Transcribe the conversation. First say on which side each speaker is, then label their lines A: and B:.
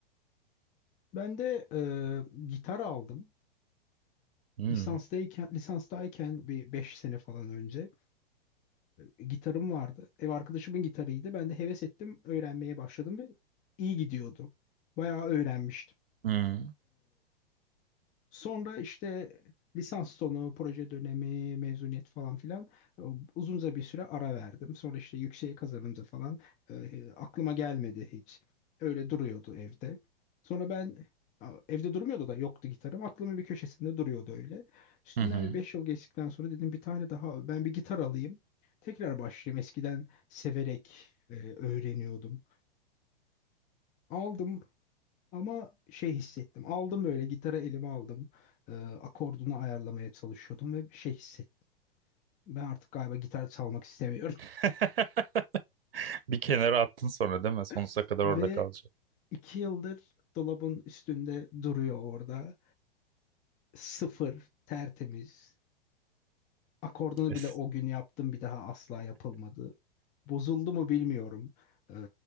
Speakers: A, on the left; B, on the right.
A: Ben de e, gitar aldım.
B: Hmm.
A: Lisanstayken, lisanstayken bir 5 sene falan önce e, gitarım vardı. Ev arkadaşımın gitarıydı. Ben de heves ettim, öğrenmeye başladım ve iyi gidiyordu. Bayağı öğrenmiştim.
B: Hmm.
A: Sonra işte lisans sonu, proje dönemi, mezuniyet falan filan e, uzunca bir süre ara verdim. Sonra işte yükseğe kazanınca falan e, aklıma gelmedi hiç. Öyle duruyordu evde. Sonra ben a, evde durmuyordu da yoktu gitarım. Aklımın bir köşesinde duruyordu öyle. Üstünden
B: Hı hı.
A: bir 5 yıl geçtikten sonra dedim bir tane daha ben bir gitar alayım. Tekrar başlayayım. Eskiden severek e, öğreniyordum. Aldım ama şey hissettim. Aldım böyle gitarı elime aldım. Ee, akordunu ayarlamaya çalışıyordum ve şey hissettim. Ben artık galiba gitar çalmak istemiyorum.
B: <laughs> Bir kenara attın sonra değil mi? Sonsuza
A: <laughs>
B: kadar
A: Ve
B: orada kalacak.
A: iki yıldır dolabın üstünde duruyor orada. Sıfır, tertemiz. Akordunu
B: Es-
A: bile o gün yaptım bir daha asla yapılmadı. Bozuldu mu bilmiyorum. Ee,